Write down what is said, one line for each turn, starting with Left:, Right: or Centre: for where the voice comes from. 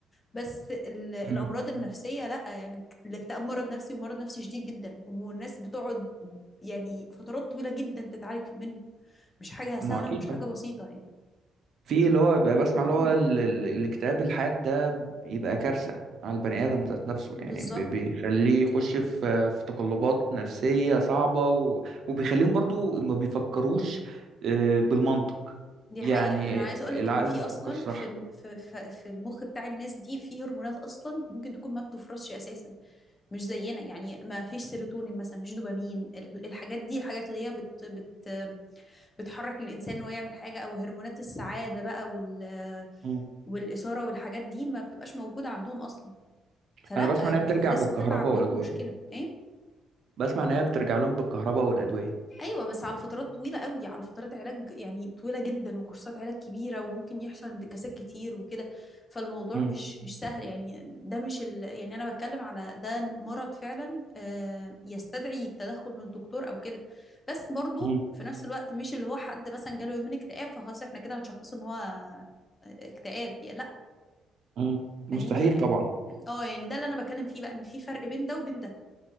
Left: بس ال- الامراض
Right: امم
Left: النفسيه لا يعني الاكتئاب مرض نفسي ومرض نفسي شديد جدا والناس بتقعد يعني فترات طويلة جدا تتعالج منه مش حاجة سهلة
Right: ما هو اكيد
Left: ومش
Right: طبعا
Left: حاجة بسيطة يعني
Right: في اللي هو بيبقى بسمع اللي هو
Left: <clears throat>
Right: ال- ال- الاكتئاب الحاد ده بيبقى كارثة على البني آدم ذات نفسه
Left: بالظبط
Right: يعني بي- بيخليه يخش في في تقلبات نفسية صعبة و- وبيخليهم برضو ما بيفكروش آه، بالمنطق
Left: دي
Right: يعني
Left: حقيقة أنا عايزة أقولك
Right: العقل
Left: إن في
Right: ما بيفكرش
Left: أصلا
Right: صح
Left: في ال- في في في المخ بتاع الناس دي في هرمونات أصلا ممكن تكون ما بتفرزش أساسا مش زينا يعني ما فيش سيروتونين مثلا مفيش دوبامين ال- الحاجات دي الحاجات اللي هي بت بت بتحرك الإنسان إن هو يعمل حاجة أو هرمونات السعادة بقى وال
Right: مم.
Left: والإثارة والحاجات دي ما بتبقاش موجودة عندهم أصلا فلا
Right: أنا بسمع إن
Left: الناس
Right: هي بترجع بالكهرباء
Left: بتبقى عندهم
Right: والأدوية
Left: مشكلة إيه
Right: بسمع إن هي بترجع لهم بالكهرباء والأدوية
Left: ايوه بس على فترات طويله قوي على فترات علاج يعني طويله جدا وكورسات علاج كبيره وممكن يحصل انتكاسات كتير وكده فالموضوع
Right: مم.
Left: مش مش سهل يعني ده مش ال... يعني انا بتكلم على ده مرض فعلا آه، يستدعي التدخل من الدكتور او كده بس برضو
Right: مم.
Left: في نفس الوقت مش اللي هو حد مثلا جاله يومين اكتئاب فخلاص احنا كده هنشخصه ان هو آه، اكتئاب يعني لا
Right: مم. مستحيل
Left: فاهمني
Right: طبعا
Left: اه يعني ده اللي انا بتكلم فيه بقى ان في فرق بين ده وبين ده